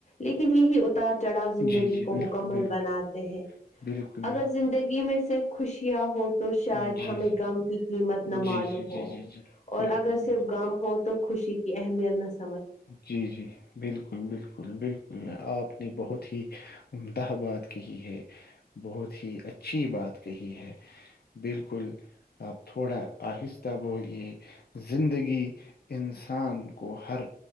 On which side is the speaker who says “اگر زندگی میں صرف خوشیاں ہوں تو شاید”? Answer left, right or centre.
Left